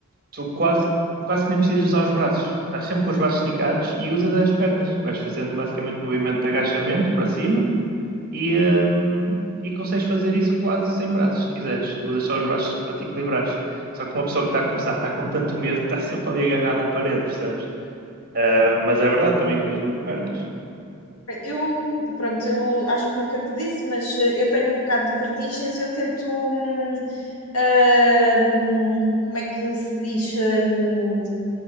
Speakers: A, on the right (about 45°); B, on the left (about 75°).
A: tu quase, quase que nem precisas usar os braços. Estás sempre com os braços esticados e usas as pernas. Vais fazendo basicamente movimento de agachamento para cima e, hum, e consegues fazer isso quase sem braços, se quiseres. Usas só os braços para te equilibrares. Só que uma pessoa que está a começar está com tanto medo que está sempre ali agarrada à parede, percebes? Ah, mas é verdade, também usas muito pernas.
B: Eu, pronto, eu acho que nunca te disse, mas eh, eu tenho um bocado de vertigens, eu tento, hum, ah, hum, como é que se diz? hum,